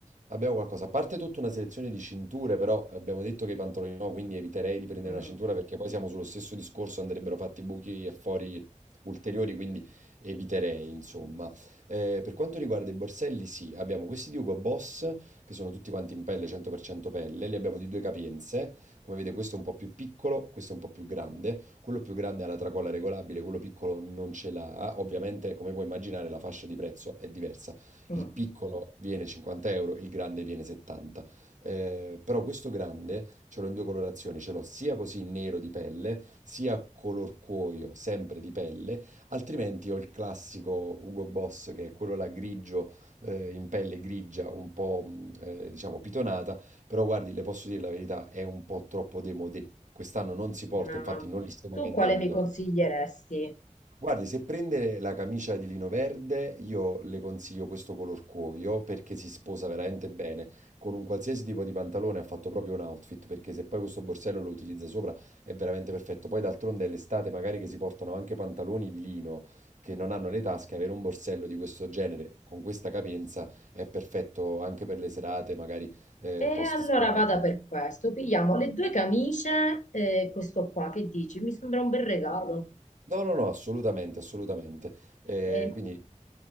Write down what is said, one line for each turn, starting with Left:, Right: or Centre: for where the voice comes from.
Right: Abbiamo qualcosa. A parte tutta una selezione di cinture, però abbiamo detto che i pantaloni no, quindi eviterei di prendere
Left: Mm,
Right: una cintura perché poi siamo sullo stesso discorso, andrebbero fatti buchi e fori ulteriori, quindi eviterei, insomma. Eh, per quanto riguarda i borselli, sì, abbiamo questi di Hugo Boss, che sono tutti quanti in pelle, 100% pelle, li abbiamo di due capienze. Come vedete, questo è un po' più piccolo, questo è un po' più grande. Quello più grande ha la tracolla regolabile, quello piccolo non ce l'ha. Ovviamente, come puoi immaginare, la fascia di prezzo è diversa
Left: mm,
Right: il piccolo viene 50 euro, il grande viene 70. Eh, però questo grande ce l'ho in due colorazioni, ce l'ho sia così nero di pelle, sia color cuoio, sempre di pelle, altrimenti ho il classico Hugo Boss che è quello là grigio, eh, in pelle grigia, un po' mh, eh, diciamo pitonata, però guardi, le posso dire la verità, è un po' troppo démodé. Quest'anno non si porta,
Left: no.
Right: infatti
Left: no.
Right: non li stiamo
Left: Tu
Right: vendendo.
Left: quale mi consiglieresti?
Right: Guardi, se prende la camicia di lino verde, io le consiglio questo color cuoio perché si sposa veramente bene. Con un qualsiasi tipo di pantalone ha fatto proprio un outfit, perché se poi questo borsello lo utilizza sopra è veramente perfetto. Poi d'altronde è l'estate, magari che si portano anche pantaloni di lino che non hanno le tasche, avere un borsello di questo genere con questa capienza è perfetto anche per le serate, magari eh,
Left: E allora
Right: post spiaggia.
Left: vada per questo. Pigliamo le due camicie e questo qua, che dici? Mi sembra un bel regalo.
Right: No, no, no, assolutamente, assolutamente. Eh,
Left: Eh,
Right: quindi